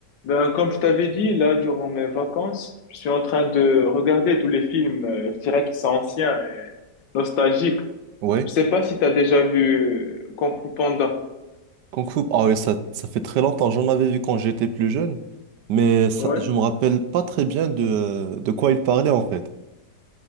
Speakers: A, on the left; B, on the right.
A: Ben, comme je t'avais dit, là, durant mes vacances, je suis en train de regarder tous les films, euh, je dirais qu'ils sont anciens et nostalgiques.
B: Ouais,
A: Je sais pas si tu as déjà vu euh, Kung Fu Panda.
B: Kung Fu. Ah ouais, ça, ça fait très longtemps. J'en avais vu quand j'étais plus jeune, mais ça,
A: Ouais.
B: je me rappelle pas très bien de, de quoi il parlait en fait.